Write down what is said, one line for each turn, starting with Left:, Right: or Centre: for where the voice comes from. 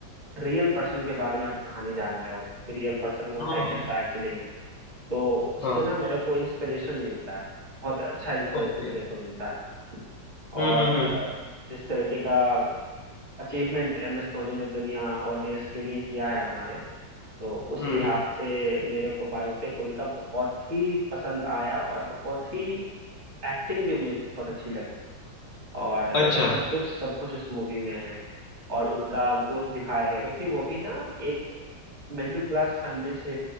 Right: रियल पर्सन के बारे में आप कहानी जान रहे हो कि रियल पर्सन वो
Left: हम्म
Right: है कैसा
Left: हम्म,
Right: एक्चुअली में तो उससे
Left: हाँ
Right: ना मेरे को इंस्पिरेशन मिलता है बहुत अच्छा इंस्पिरेशन
Left: ओके
Right: मेरे को मिलता है
Left: हम्म
Right: और अ,
Left: हम्म
Right: जिस तरीके का अचीवमेंट एम एस धोनी ने दुनिया और देश के लिए किया है हमारे तो उस
Left: हम्म
Right: लिहाज
Left: हम्म,
Right: से मेरे को बायोपिक उनका बहुत ही पसंद आया और बहुत ही एक्टिंग भी मुझे बहुत अच्छी लगी और अ,
Left: अच्छा
Right: सब कुछ सब कुछ उस मूवी में है और उनका ग्रोथ दिखाया गया क्योंकि वो भी ना एक मिडिल क्लास फैमिली से